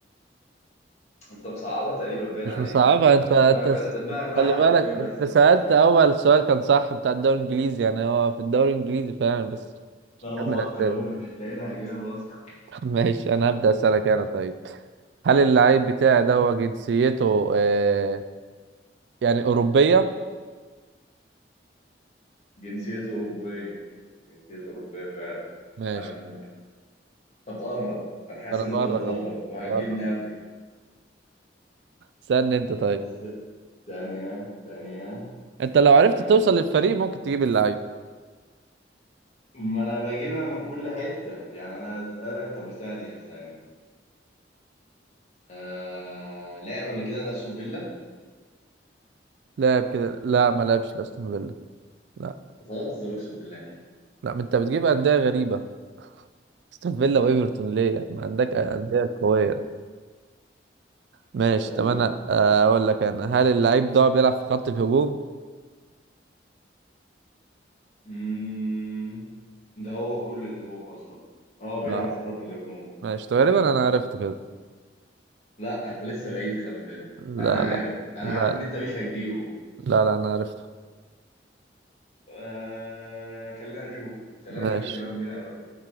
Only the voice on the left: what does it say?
انت مصعبها تقريبا باين
عليك
انت انت
دماغك
انت دماغك رايحة
لفين
بس
انا مش فاهم
ما انا
بفكر
اهو مش لاقي لها اجابة اصلا
جنسيته أوروبية جنسيته أوروبية فعلا
عليك نور أنت بتقرب أنا حاسس
إن أنت
بتقرب
وهتجيبني
قبل
بس ثانية ثانية
ثانية
ما أنا بجيبها من كل حتة يعني أنا أسألك طب ثانية ثانية آه... لعب قبل كده لأستون فيلا
بتهزر أقسم بالله
طب
قول
مم... ده هو كل الهجوم أصلا أه بيلعب
في خط الهجوم
لا أنت لسه بعيد خلي في علمك
أنا عارف
أنا
عارف
إن أنت مش هتجيبه
آه... خلينا نشوف خلينا
نشوف الكلام بينا هيروح